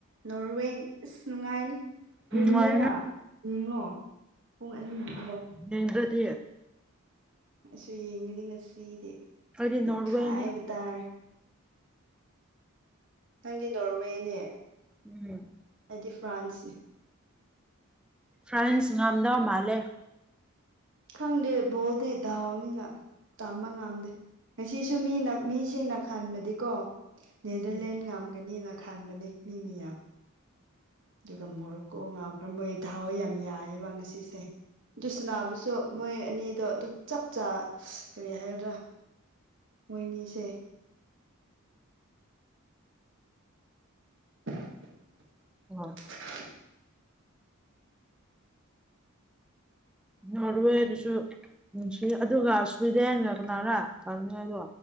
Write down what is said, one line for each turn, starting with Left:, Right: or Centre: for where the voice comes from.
Right: ꯅꯣꯔꯋꯦ ꯑꯁ ꯅꯨꯉꯥꯏꯅꯤ ꯆ‌ꯦ
Centre: ꯅꯨꯡꯉꯥꯏꯅꯤ
Right: ꯃ‌ꯦꯌꯥ ꯌ‌ꯦꯉ‌ꯣ ꯄꯨꯡ ꯑꯅꯤꯒꯤꯗ‌ꯣ
Centre: ꯌꯦꯡꯗ꯭ꯔꯗꯤ
Right: ꯑꯩꯁꯨ ꯌꯦꯡꯒꯅꯤ ꯉꯁꯤꯗꯤ
Centre: ꯑꯩꯗꯤ
Right: ꯅꯩꯈꯥꯏꯕ
Centre: ꯅꯣꯔꯋꯦꯅꯦ
Right: ꯇꯥꯔꯦ ꯅꯪꯗꯤ ꯅꯣꯔꯋꯦꯅꯦ
Centre: ꯎꯝ
Right: ꯑꯩꯗꯤ ꯐ꯭ꯔꯥꯟꯁꯅ‌ꯦ
Centre: ꯐ꯭ꯔꯥꯟꯁ ꯉꯝꯗꯧ ꯃꯥꯜꯂꯦ
Right: ꯈꯪꯗꯦ ꯕꯣꯜꯗꯤ ꯗꯥꯎꯅꯤꯅ ꯇꯝꯕ ꯉꯝꯗꯦ ꯉꯁꯤꯁꯨ ꯃꯤꯅ ꯃꯤꯁꯤꯡꯅ ꯈꯟꯕꯗꯤꯀꯣ ꯅꯦꯗꯔꯂꯦꯟ
Centre: ꯎꯝ
Right: ꯉꯝꯒꯅꯤꯅ ꯈꯟꯕꯅꯦ ꯃꯤ ꯃꯌꯥꯝ‌ ꯗꯨꯒ ꯃꯣꯔꯣꯀꯣ ꯉꯥꯝꯈ꯭ꯔꯕꯩ ꯙꯥꯎ ꯌꯥꯝ ꯌꯥꯏꯌ‌ꯦꯕ ꯉꯁꯤꯁꯦ ꯗꯨ ꯁꯅꯥꯕꯁꯨ ꯃꯣꯏ ꯑꯅꯤꯗꯣ ꯗꯨꯝ ꯆꯞ ꯆꯥ ꯀꯔꯤ ꯍꯥꯏꯒꯗ꯭ꯔꯥ ꯃꯣꯏꯅꯤꯁꯦ <unintelligible>
Centre: ꯏꯃꯥ
Right: <unintelligible>
Centre: ꯅꯣꯔꯋꯦꯗꯨꯁꯨ ꯅꯨꯡꯁꯤ ꯑꯗꯨꯒ ꯁ꯭ꯋꯤꯗꯦꯟꯅ ꯀꯅꯥꯔꯥ <unintelligible>